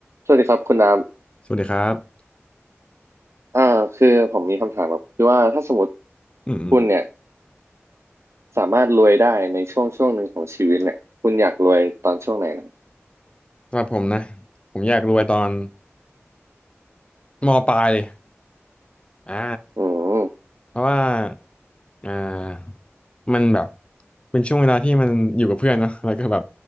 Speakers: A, on the right; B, on the left.
A: สวัสดีครับคุณน้
B: สวัสดีครับ
A: ำอ่าคือผมมีคำถามแบบคือว่าถ้าสมมติ
B: อืมอืม
A: คุณเนี่ยสามารถรวยได้ในช่วงช่วงหนึ่งของชีวิตเนี่ยคุณอยากรวยตอนช่วงไหนนะ
B: สำหรับผมนะผมอยากรวยตอนมปลายเลยอ่า
A: อืม
B: เพราะว่าอ่ามันแบบเป็นช่วงเวลาที่มันอยู่กับเพื่อนเนอะแล้วก็แบบ